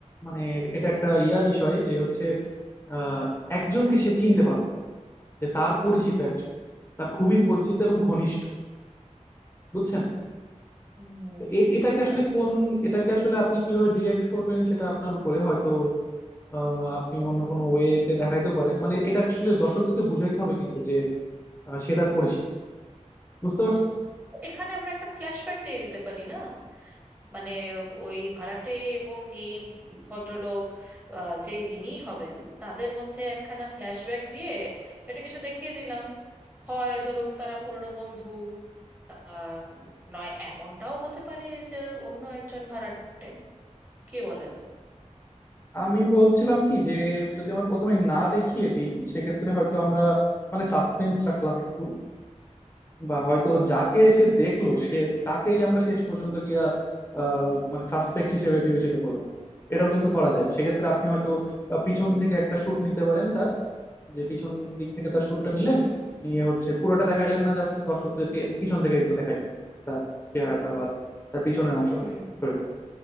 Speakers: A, on the left; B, on the right.
A: মানে এটা একটা ইয়া বিষয় যে হচ্ছে আহ, একজনকে সে চিনতে পারলো যে তার পরিচিত একজন তার খুবই পরিচিত এবং ঘনিষ্ঠ বুঝছেন
B: হুম
A: তো এ- এটাকে আসলে
B: আচ্ছা
A: কোন
B: বুঝতে
A: এটাকে
B: পেরেছি
A: আসলে আপনি কিভাবে ডিরেক্ট করবেন সেটা আপনার উপরে হয়তো আহ, আপনি অন্য কোনো ওয়েতে দেখাইতেও পারেন মানে এটা আসলে দর্শকদেরকে বুঝাইতে হবে কিন্তু যে আহ, সে তার পরিচিত বুঝতে পারছেন
B: এখানে আমরা একটা ফ্ল্যাশব্যাক দিয়ে দিতে পারি না মানে ওই ভাড়াটে এবং এই ভদ্রলোক আহ, যে যিনি হবেন তাদের মধ্যে একখানা ফ্ল্যাশব্যাক দিয়ে এটা কিছু দেখিয়ে দিলাম হয় ধরুন তারা পুরনো বন্ধু আহ, নয় এমনটাও হতে পারে যে অন্য একজন ভাড়াটে কি বলেন
A: আমি বলছিলাম কি যে যদি আমরা প্রথমে না দেখিয়ে দিই সেক্ষেত্রে হয়তো আমরা মানে সাসপেন্স রাখলাম একটু বা হয়তো যাকে সে দেখলো সে তাকেই আমরা শেষ পর্যন্ত গিয়া আহ, মানে সাসপেক্ট হিসেবে বিবেচিত করলাম এটাও কিন্তু করা যায় সেক্ষেত্রে আপনি হয়তো আহ, পিছন থেকে একটা শুট নিতে পারেন যে পিছন দিক থেকে তার শ্যুটটা নিলেন
B: হুম
A: নিয়ে হচ্ছে পুরোটা দেখাইলেন না জাস্ট দর্শকদেরকে পিছন থেকে একটু দেখাইলেন তার চেহারাটা বা তার পিছনের অংশটা
B: হুম
A: শরীরের